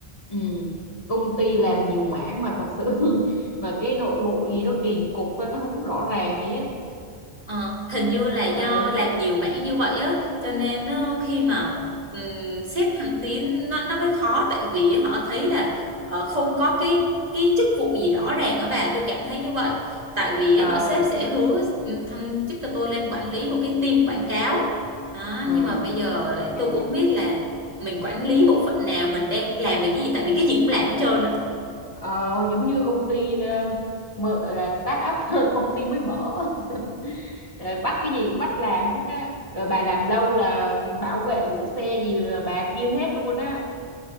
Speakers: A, on the left; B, on the right.
A: ừ. Công ty làm nhiều mảng mà thật sự <laughs> mà cái nội bộ gì nó kỳ cục nó không rõ ràng gì hết.
B: Ờ, hình như là do
A: Ờ
B: làm nhiều mảng như vậy á cho nên ờ, khi mà um, xét thăng tiến nó nó mới khó tại vì họ thấy là ờ, không có cái cái chức vụ gì rõ ràng á bà tôi cảm thấy như vậy tại vì á,
A: ờ
B: họ sếp sẽ hứa ừm, thăng chức cho tôi lên quản lý một cái team quảng cáo Đó,
A: ừ.
B: nhưng mà bây giờ lại
A: À,
B: tôi cũng không biết là mình quản lý bộ phận nào mình đang làm về cái gì tại vì cái gì cũng làm hết trơn á
A: ờ, giống như công ty ờ, mở, là start up <laughs> công ty mới mở <laughs> Ờ, bắt cái gì cũng bắt làm hết á rồi bà làm lâu là bảo vệ gửi xe gì là bà kiêm hết luôn á